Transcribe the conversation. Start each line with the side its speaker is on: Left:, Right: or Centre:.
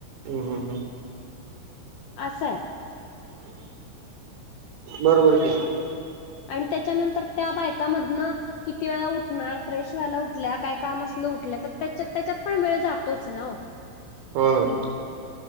Right: हम्, हम, हम
Left: असंय.
Right: बरोबर की.
Left: आणि त्याच्यानंतर त्या बायकामधनंऽऽ किती वेळा उठणार, फ्रेश व्हायला उठल्या, काय काम असलं उठल्या,, तर त्याच्यात त्याच्यात पण वेळ जातोच ना ओ.
Right: होय होय,